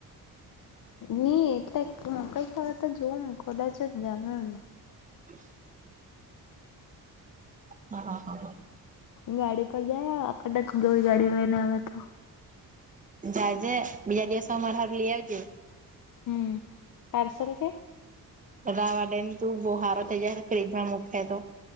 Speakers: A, on the left; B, on the right.
A: ની એત મકઈ ખડા તો જોમ કદાચ જ જામ એમ
B: <inaudible> હા હા હા હા
A: ગાડી પર જાય આખ ગઈ ગાડી લઈને આવે તો
B: જાજે બીજા દિવસે અમારા હારું લી આવજે
A: હમ પાર્સલ કે
B: વાવા દે ની તું બો હારો થઈ જાહે <unintelligible> મૂખે તો